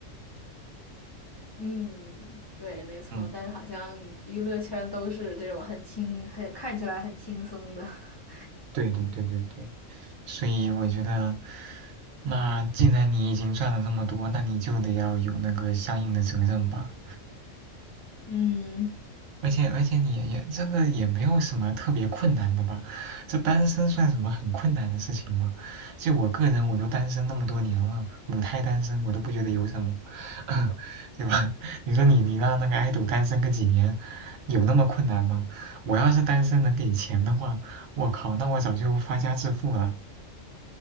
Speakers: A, on the left; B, on the right.
A: 嗯，对，没错。
B: 嗯，
A: 但是好像娱乐圈都是这种很轻、很看起来很轻松的。<laughs>
B: 对对对对对。所以我觉得，那既然你已经赚了那么多，那你就得要有那个相应的责任吧。
A: 嗯，
B: 而且而且你也也这个也没有什么特别困难的吧？这单身算什么很困难的事情吗？就我个人，我都单身那么多年了，母胎单身，我都不觉得有什么，<laughs> 对吧？你说你你让那个爱豆单身个几年，有那么困难吗？我要是单身能给钱的话，我靠，那我早就发家致富了。